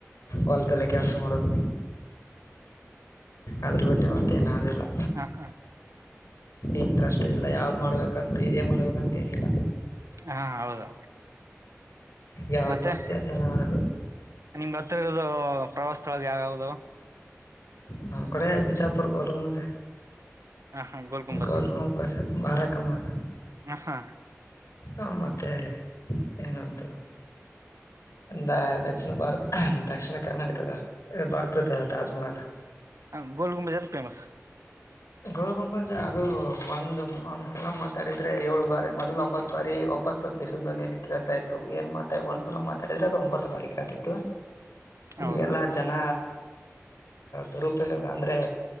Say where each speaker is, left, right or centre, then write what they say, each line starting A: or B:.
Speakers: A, on the left; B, on the right.
A: ಹೊಲದಲ್ಲೇ ಕೆಲಸ ಮಾಡೋದು ಅದ್ರ ಬಟ್ಟ ಮತ್ತೇಏನಾದರು
B: ಹ ಹ
A: ಇಂಟ್ರೆಸ್ಟ್ ಇಲ್ಲ ಯಾವ್ದ್ ಮಾಡ್ಬೇಕು ತಂದು ಇದೇ ಮಾಡ್ಬೇಕಂತೇನಿಲ್ಲ
B: ಹಾ ಹೌದು
A: ಯಾವ್ದ್
B: ಮತ್ತೆ
A: ಬರ್ತಿ ಅದೆಲ್ಲ ಆಡೋದು
B: ನಿಮ್ದ ಹತ್ರ ಇರದು ಪ್ರವಾಸ ಸ್ಥಳ ಯಾವ್ ಯಾವದುದು
A: ನಮ್ ಕಡೆ ಬಿಜಾಪುರ್ ಗೋಲ್ ಗುಂಬಜ್
B: ಹ ಹಾ ಗೋಲ್ ಗುಂಬಜ
A: ಗಲ್ಕ ಪ ಭಾರಾ ಕಾಮಾವಲ್ಲ
B: ಹ ಹಾ
A: ಹ ಮತ್ತೆ ಇನೊಂದು ಅ ದಕ್ಷಿಣ ಭಾರತ್ ದಕ್ಷಿಣ ಕರ್ನಾಟಕದ ಭಾರತದ ತಾಜ್ಮಹಲ್
B: ಹಾ ಗೋಲ್ ಗುಂಬಜ್ ಎದಕ್ಕೆ ಫೇಮಸ್
A: ಗೋಲ್ ಗುಂಬಜ್ ಅದು ಒಂದು ಒಂದ್ಸಲ ಮಾತಾಡಿದ್ರೆ ಏಳು ಬಾರಿ ಮೊದಲು ಒಂಬತ್ತು ಬಾರಿ ವಾಪಸ್ಸುಪ್ಪಿಸುದ್ದನಲ್ಲಿ ಕೇಳ್ತಾ ಇತ್ತು ಏನ್ ಮಾತಾ ಒಂದ್ಸಲ ಮಾತಾಡಿದ್ರೆ ಅದು ಒಂಬತ್ತು ಬಾರಿ ಕೇಳ್ತಿತ್ತು
B: ಹೌದು
A: ಈಗೆಲ್ಲಾ ಜನ ದುರುಪಯೋಗ ಅಂದರೆ